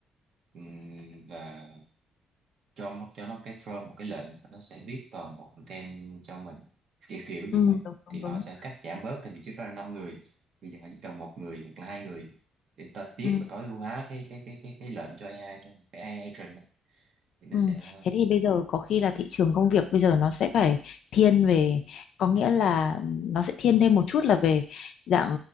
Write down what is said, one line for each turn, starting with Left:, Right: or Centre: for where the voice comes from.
Right: ừm, và cho một- cho nó một cái form một cái lệnh và nó sẽ viết toàn bộ content cho mình kiểu kiểu như
Left: Ừ,
Right: vậy
Left: đúng, đúng,
Right: thì
Left: đúng.
Right: họ sẽ cắt giảm bớt thì vì trước đó là năm người bây giờ họ chỉ cần một người hoặc là hai người để ta viết
Left: Ừ,
Right: và tối ưu hóa cái cái cái cái cái lệnh cho AI thôi cái AI agent đó. thì nó
Left: ừ.
Right: sẽ
Left: Thế thì bây giờ có khi là thị trường công việc bây giờ nó sẽ phải thiên về, có nghĩa là nó sẽ thiên thêm một chút là về dạng